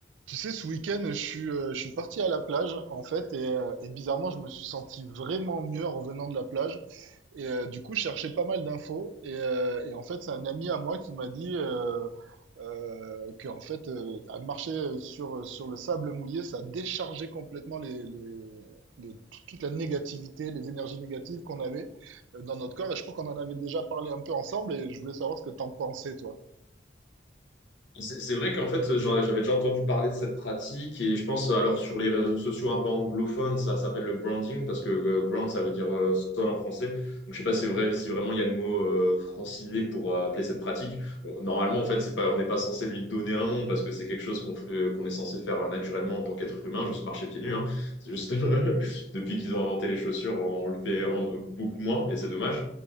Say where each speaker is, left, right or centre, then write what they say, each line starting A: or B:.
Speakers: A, on the right; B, on the left.
A: Tu sais, ce week-end, je suis, euh, je suis parti à la plage, en fait, et, euh, et bizarrement, je me suis senti vraiment mieux en revenant de la plage. Et euh, du coup, je cherchais pas mal d'infos. Et, euh, et en fait, c'est un ami à moi qui m'a dit euh, euh, que, en fait, euh, à marcher sur, sur le sable mouillé, ça déchargeait complètement les, les, les- toute la négativité, les énergies négatives qu'on avait euh, dans notre corps. Et je crois qu'on en avait déjà parlé un peu ensemble, et je voulais savoir ce que t'en pensais, toi.
B: C'est c'est vrai qu'en fait, j'en- j'avais déjà entendu parler de cette pratique et je pense, alors sur les réseaux sociaux un peu anglophones, ça s'appelle le branding parce que euh, ground, ça veut dire euh, sol en français. Donc je sais pas si, vrai, si vraiment il y a le mot euh, francisé pour euh, appeler cette pratique. Bon, normalement, en fait, c'est pas, on n'est pas censé lui donner un nom parce que c'est quelque chose qu'on fait, qu'on est censé faire euh, naturellement en tant qu'être humain, juste marcher pieds nus. hein. C'est juste <laughs> depuis qu'ils ont inventé les chaussures, on le fait en- beaucoup moins et c'est dommage.